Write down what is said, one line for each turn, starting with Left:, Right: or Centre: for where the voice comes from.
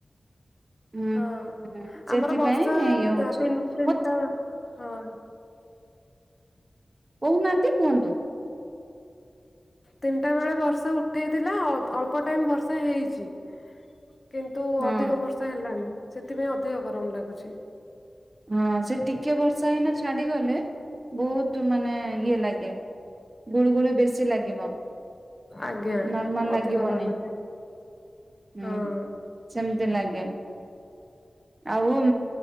Right: ହୁଁ
Left: ହଁ,
Right: ହୁଁ ସେଥିପାଇଁ
Left: ଆମର ବର୍ଷାତିନି
Right: ଇଏ ହଉଛି
Left: ତିନିଟା
Right: ମତେ
Left: ହଁ।
Right: କହୁନାହାନ୍ତି କୁହନ୍ତୁ?
Left: ତିନିଟା ବେଳେ ବର୍ଷା ଉଠେଇଥିଲା, ଅଳ୍ପ ଟାଇମ ବର୍ଷା ହେଇଛି। କିନ୍ତୁ
Right: ହଁ
Left: ଅଧିକ ବର୍ଷା ହେଲାନି, ସେଥିପାଇଁ ଅଧିକ ଗରମ ଲାଗୁଛି।
Right: ହଁ, ସେ ଟିକେ ବର୍ଷା ହେଇକିନା ଛାଡିଗଲେ ବହୁତ ମାନେ ଇଏ ଲାଗେ, ଗୁଳୁଗୁଳି ବେଶୀ ଲାଗିବ,
Left: ଆଜ୍ଞା
Right: ନର୍ମାଲ
Left: ଅଧିକ
Right: ଲାଗିବନି।
Left: ଲାଗୁଛି
Right: ହୁଁ
Left: ହଁ ଅଁ।
Right: ସେମିତି ଲାଗେ। ଆଉ